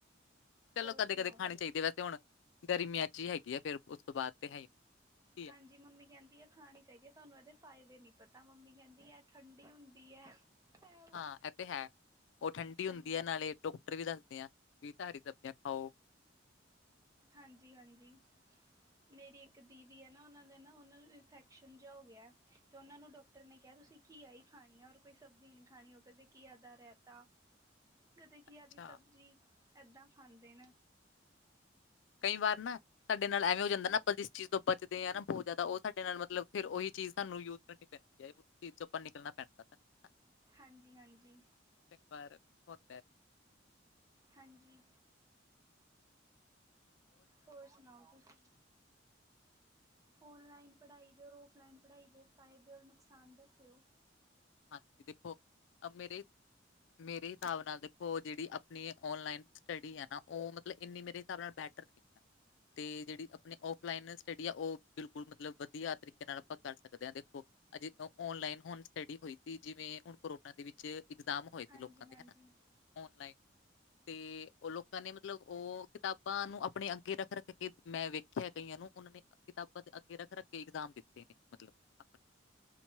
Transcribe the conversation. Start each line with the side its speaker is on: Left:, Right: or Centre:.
Left: ਚਲੋ
Right: ਹੋਰ
Left: ਕਦੇ-ਕਦੇ
Right: ਸੁਨਾੳ?
Left: ਖਾਣੀ ਚਾਹੀਦੀ ਵੈਸੇ ਹੁਣ ਗਰਮੀਆਂ 'ਚ ਈ ਹੈਗੀ ਆ ਫਿਰ ਉਸ ਤੋਂ ਬਾਅਦ ਤੇ ਹੈ ਈ ਨੀ ਆ,
Right: ਹਾਂਜੀ ਮੰਮੀ ਕਹਿੰਦੀ ਹੈ ਖਾਣੀ ਚਾਹੀਦੀ ਹੈ ਤੁਹਾਨੂੰ ਇਹਦੇ ਫਾਇਦੇ ਨੀ ਪਤਾ, ਮੰਮੀ ਕਹਿੰਦੀ ਹੈ ਠੰਡੀ ਹੁੰਦੀ ਹੈ। ਹੈ ਉਹ
Left: ਹਾਂ ਇਹ ਤੇ ਹੈ ਉਹ ਠੰਡੀ
Right: ਹਾਂਜੀ
Left: ਹੁੰਦੀ ਹੈ, ਨਾਲੇ ਡਾਕਟਰ ਵੀ ਦੱਸਦੇ ਆ ਵੀ ਤਾਂ ਹਾਰੀ ਸਬਜ਼ੀਆਂ ਖਾਓ।
Right: ਹਾਂਜੀ- ਹਾਂਜੀ। ਮੇਰੀ ਇੱਕ ਦੀਦੀ ਹੈ ਨਾ ਉਹਨਾਂ ਦੇ ਨਾ ਉਹ ਨੂੰ ਇਨਫੈਕਸ਼ਨ ਜਿਹਾ ਹੋ ਗਿਆ ਤੇ ਉਹ ਨੂੰ ਡਾਕਟਰ ਡਾਕਟਰ ਨੇ ਕਿਹਾ ਤੁਸੀਂ ਘੀਆ ਹੀ ਖਾਣੀ ਆ ਔਰ ਕੋਈ ਸਬਜ਼ੀ ਨਹੀਂ ਖਾਣੀ ਉਹ ਕਦੇ ਘੀਆ ਦਾ ਰਾਇਤਾ। ਕਦੇ ਘੀਆ
Left: ਅੱਛਾ
Right: ਦੀ ਸਬਜ਼ੀ ਏਦਾਂ ਖਾਂਦੇ ਨੇ।
Left: ਕਈ ਵਾਰ ਨਾ ਸਾਡੇ ਨਾਲ ਐਵੇਂ ਹੋ ਜਾਂਦਾ ਨਾ ਆਪਾਂ ਜਿਸ ਚੀਜ਼ ਤੋਂ ਬਚਦੇ ਹਾਂ ਨਾ ਬਹੁਤ ਜ਼ਿਆਦਾ ਉਹ ਸਾਡੇ ਨਾਲ ਮਤਲਬ ਫੇਰ ਉਹੀ ਚੀਜ਼ ਸਾਨੂੰ ਯੂ- ਪਹਿਨ ਹੈ ਚ ਉੱਪਰ <unintelligible> ਨਿਕਲਣਾ ਪਹਿਨ ਦਾ
Right: ਹਾਂਜੀ- ਹਾਂਜੀ।
Left: ਤੇ ਘਰ ਧੋਤਾ ਐ।
Right: ਹਾਂਜੀ। ਹੋਰ ਸੁਣਾਓ ਤੁਸੀਂ? ਔਨਲਾਈਨ ਪੜਾਈ ਕਰੋ ਔਰ ਆਫਲਾਈਨ ਪੜਾਈ ਦੇ ਫਾਇਦੇ ਔਰ ਨੁਕਸਾਨ ਦੱਸੋ।
Left: ਹਾਂਜੀ ਦੇਖੋ ਮੇਰੇ- ਮੇਰੇ ਹਿਸਾਬ ਨਾਲ ਦੇਖੋ ਜਿਹੜੀ ਆਪਣੀ ਐ ਔਨਲਾਈਨ ਸਟੱਡੀ ਹੈ ਨਾ ਉਹ ਮਤਲਬ ਇੰਨੀ ਮੇਰੇ ਹਿਸਾਬ ਨਾਲ ਬੈਟਰ ਨਹੀਂ ਹੈ। ਤੇ ਜਿਹੜੀ ਆਪਣੀ ਔਫਲਾਈਨ ਸਟੱਡੀ ਆ ਉਹ ਬਿਲਕੁਲ ਮਤਲਬ ਵਧੀਆ ਤਰੀਕੇ ਨਾਲ ਆਪਾਂ ਕਰ ਸਕਦੇ ਹਾਂ ਦੇਖੋ। ਅਜੇ ਔਨਲਾਈਨ ਹੁਣ ਸਟੱਡੀ ਹੋਈ। ਜਿਵੇਂ ਹੁਣ ਕੋਰੋਨਾ ਦੇ ਵਿੱਚ ਇਗਜ਼ਾਮ ਹੋਏ
Right: ਹਾਂਜੀ
Left: ਸੀ ਲੋਕਾਂ ਦੇ
Right: ਹਾਂਜੀ
Left: ਹਨਾ ਔਨਲਾਈਨ। ਤੇ ਉਹ ਲੋਕਾਂ ਨੇ ਮਤਲਬ ਉਹ ਕਿਤਾਬਾਂ ਨੂੰ ਆਪਣੇ ਅੱਗੇ ਰੱਖ- ਰੱਖ ਕੇ ਮੈਂ ਵੇਖਿਆ ਕਈਆਂ ਨੂੰ ਉਹਨਾਂ ਨੇ ਕਿਤਾਬਾਂ ਦੇ ਅੱਗੇ ਰੱਖ- ਰੱਖ ਕੇ ਇਗਜ਼ਾਮ ਦਿੱਤੇ ਨੇ ਮਤਲਬ। ਆਪਣੇ